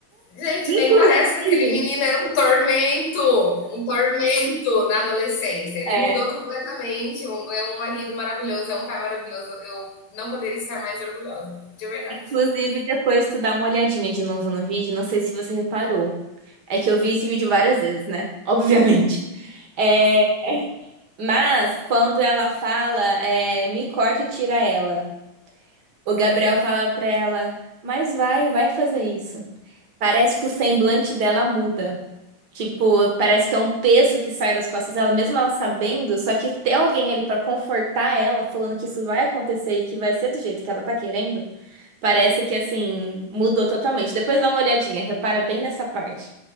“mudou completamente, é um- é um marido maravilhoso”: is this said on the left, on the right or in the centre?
Left